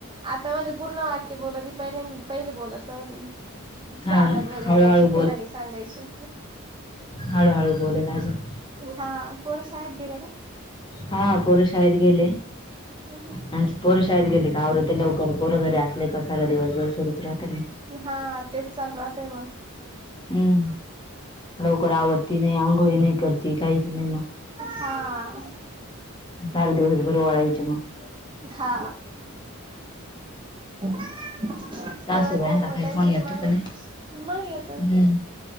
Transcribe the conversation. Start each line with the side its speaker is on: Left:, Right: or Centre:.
Right: आता म्हणजे पूर्ण वाक्य बोलत ही पहि पहिली बोलत नव्हती
Left: हा
Right: आवाज
Left: ना
Right: वगैरे
Left: हळूहळू
Right: द्यायची खुनाने सांगायची
Left: हळू हळू बोलेल अजून
Right: हा पोर शाळेत गेले का
Left: हा पोर शाळेत गेले
Right: हो हो <unintelligible>
Left: आणि पोरं शाळेत गेले का आवरते लवकर पोरं घरी असले की सारा दिवसभर सुरूच राहते ना
Right: हा तेच चाल राहात आहे मग
Left: हम्म लवकर आवरती नाही आंघोळी नाही कर त काहीच नाही मग
Right: हा.
Left: चार दिवसभर ळायचे मग <unintelligible>
Right: हा दिवसभर
Left: सासूबाईंचा
Right: मग
Left: काही
Right: त्यांचच
Left: फोन येतो
Right: माग
Left: का नाही?
Right: मग येत
Left: हम्म